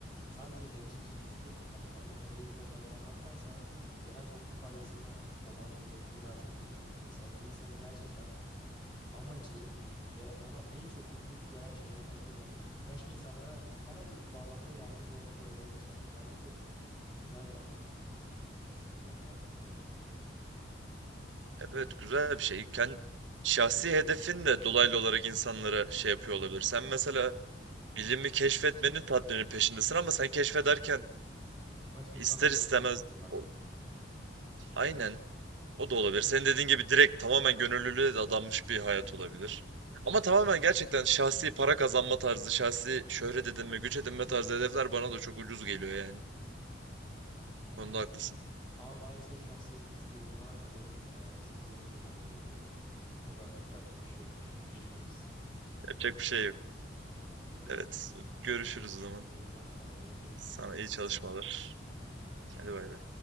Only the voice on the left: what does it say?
sadece bencilce düşünüp hani kendi kariyerine odaklanmaktansa genel toplum faydasına olan hedefleri daha çok beğeniyorum. Hani mesela bir insanın gerçekten amacı ve ona en çok mutluluk veren şey atıyorum hani başka insanlara herhangi bir bağlamda yardımcı olmak olabilir mesela. Bu bence çok güzel bir anlam. İnsanın kendi hayatına koyabileceği.
Başka insanlar
da
bundan faydalanacak.
Evet ben de katılıyorum.
Ama maalesef şahsi güç uğruna yarın e, fizik vizeme girmem gerekiyor. O da yapacak bir şey yok yani <laughs> mecburuz.
Aynen öyle.
O yüzden aynen yarın görüşürüz
tekrar.
Bay bay. Sağ ol bay bay.